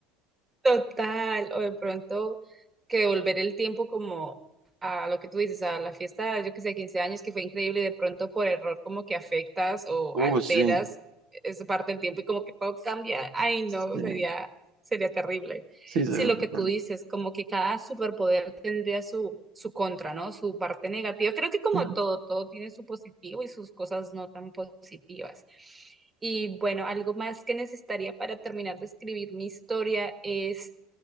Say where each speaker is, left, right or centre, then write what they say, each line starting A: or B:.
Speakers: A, on the right; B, on the right.
A: Total, o de pronto que devolver el tiempo como a lo que tú dices, a la fiesta, yo que sé, 15 años que fue increíble y de pronto por error como que afectas o
B: Uh,
A: alteras
B: sí,
A: esa parte del tiempo y como que todo cambia. Ay,
B: sí,
A: no, sería, sería terrible.
B: sí, seguramente.
A: Si lo que tú dices, como que cada superpoder tendría su, su contra, ¿no? Su parte negativa. Creo que como
B: Ujú,
A: todo, todo tiene su positivo y sus cosas no tan positivas. Y bueno, algo más que necesitaría para terminar de escribir mi historia es